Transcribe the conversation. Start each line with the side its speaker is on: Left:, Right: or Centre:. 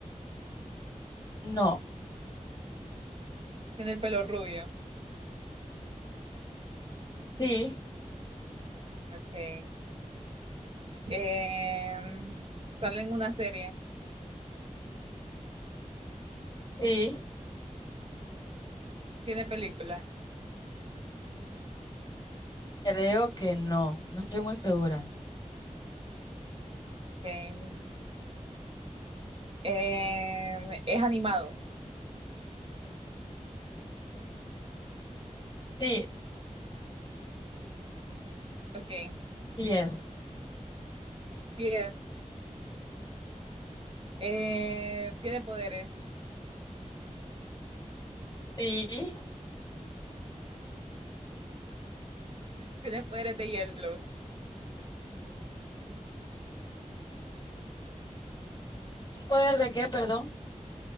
Left: no.
Right: tiene el pelo rubio.
Left: Sí,
Right: Okay. Em, sale en una serie,
Left: sí,
Right: tiene película.
Left: creo que no. No estoy muy segura.
Right: Em, em, es animado.
Left: Sí,
Right: Okay.
Left: sí es.
Right: Sí es. Em, tiene poderes,
Left: Sí.
Right: tiene poderes de hielo,
Left: ¿Un poder de qué, perdón?